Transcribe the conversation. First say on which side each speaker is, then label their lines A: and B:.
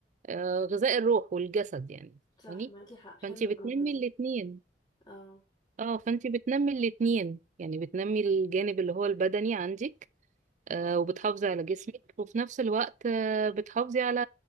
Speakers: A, on the right; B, on the left.
A: آه غذاء الروح والجسد يعني
B: صح
A: فاهماني
B: معاكي حق حلوه
A: فانتي بتنمي
B: الجمله دي
A: الاتنين
B: اه
A: اه فانتي بتنمي الاتنين يعني بتنمي الجانب اللي هو البدني عندك آه وبتحافظي على جسمك وفي نفس الوقت آه بتحافظي على